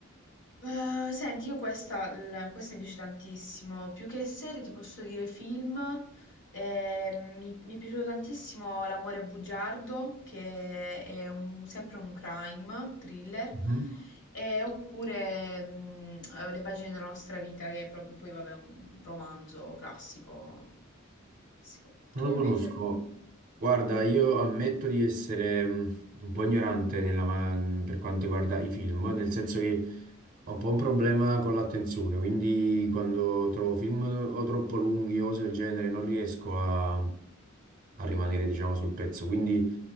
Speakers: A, on the left; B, on the right.
A: Eh, senti, io questa, l- questa mi piace tantissimo, più che serie ti posso dire film, Eh, mi, mi è piaciuto tantissimo L'amore bugiardo, che è un- sempre un crime thriller,
B: Mhm.
A: Eh, oppure mm, eh, Le pagine della nostra vita, che è proprio, poi vabbè, un romanzo classico. classico. Tu
B: Non lo
A: invece?
B: conosco. Guarda, io ammetto di essere mh, un po' ignorante nella ma- per quanto riguarda i film, nel senso che Ho un po' un problema con l'attenzione, quindi quando trovo film o troppo lunghi o cose del genere non riesco a, a rimanere, diciamo, sul pezzo. Quindi